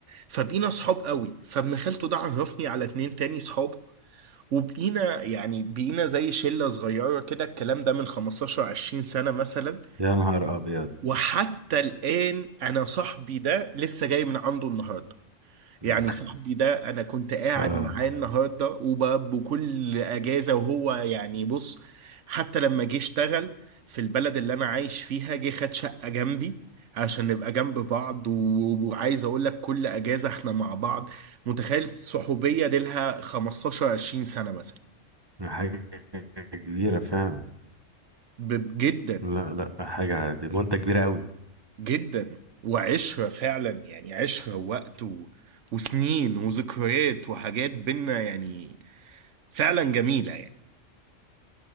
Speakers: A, on the right; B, on the right.
A: فبقينا صحاب قوي فابن خالته ده عرفني على اتنين تاني صحاب وبقينا يعني بقينا زي شلة صغيرة كده الكلام ده من 15 20 سنة مثلا
B: يا نهار ابيض
A: وحتى الآن أنا صاحبي ده لسه جاي من عنده النهاردة
B: مم،
A: يعني صاحبي ده أنا كنت قاعد
B: اه
A: معاه النهاردة وبكل أجازة وهو يعني بص حتى لما جه اشتغل في البلد اللي أنا عايش فيها جه خد شقة جنبي عشان نبقى جنب بعض و- وعايز أقول لك كل أجازة احنا مع بعض متخيل صحوبية دي لها 15 20 سنة مثلا
B: حاجه كبيره فعلا
A: ب- جدا
B: لا لا حاجه دي مده كبيره قوي
A: جدا وعشرة فعلا يعني عشرة ووقت و... وسنين وذكريات وحاجات بينا يعني فعلا جميلة يعني